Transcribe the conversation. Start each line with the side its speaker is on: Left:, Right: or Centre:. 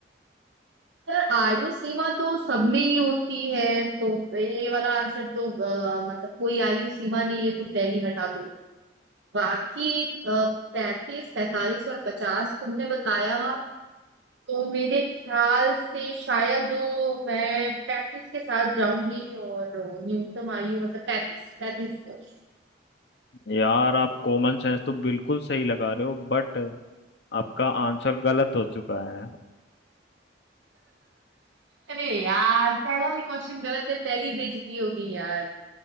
Right: सर आयु सीमा तो सब में ही होती है तो पहले वाला आंसर तो अ, मतलब कोई आयु सीमा नहीं है तो पहली हटा दो बाकी पैंतीस पैंतालीस और पचास तुमने बताया तो मेरे ख्याल से शायद अ, मैं पैंतीस के साथ जाऊंगी और अ, न्यूनतम आयु मतलब पैंतीस पैंतीस वर्ष
Left: यार आप कॉमन सेंस तो बिल्कुल सही लगा रहे हो बट आपका आंसर गलत हो चुका है
Right: अरे यार पहला ही क्वेश्चन गलत है पहली बेइज्जती होगी यार